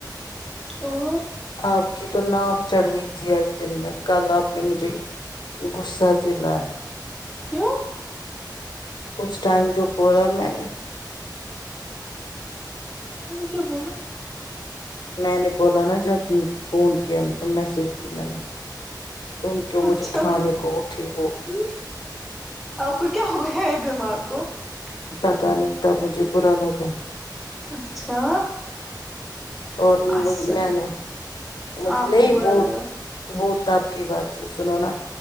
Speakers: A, in the centre; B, on the left.
A: <unintelligible>
B: آپ کی تو ناک چڑھ گئی تھی آج دن میں کل آپ نے مجھے غصہ دلایا
A: کیوں
B: اس ٹائم جو بولا میں نے
A: کیا بنا
B: میں نے بولا نا جب فون کیا میسج کی میں نے تم کیوں
A: اچھا
B: مجھے کھانے
A: ہ
B: کو اٹھی وہ
A: آپ کا کیا ہو گیا ہے دماغ <unintelligible>
B: پت نہیں تب مجھے برا لگا
A: اچھا
B: اور
A: اچھا چلو
B: میں نے مجھے
A: آپ
B: نہیں
A: کو برا
B: ب
A: لگا
B: بت کتاب کی بات تھی سنو نا